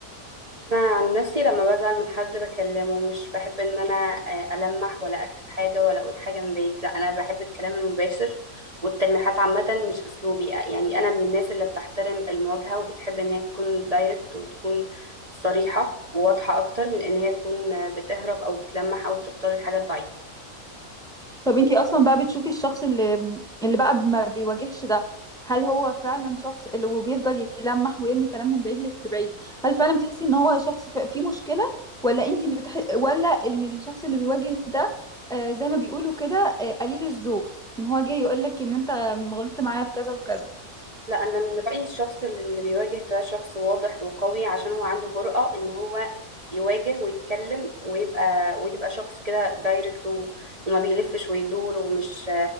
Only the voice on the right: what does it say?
انا عن نفسي لما بزعل من حد بكلمه مش بحب ان انا آه، المح ولا اكتب حاجه ولا اقول حاجه من بعيد لا انا بحب الكلام المباشر والتلميحات عامه مش اسلوبي آه، يعني انا من الناس اللي بتحترم المواجهه وبتحب ان هي تكون دايركت وتكون صريحه وواضحه اكتر من ان هي تكون آه، بتهرب او بتلمح او بتختار الحاجه الضعيفه
لا انا من رايي الشخص اللي بيواجه ده شخص واضح وقوي عشان هو عنده جرأة ان هو يواجه ويتكلم ويبقى ويبقى شخص كده دايركت و- وما بيلفش ويدور ومش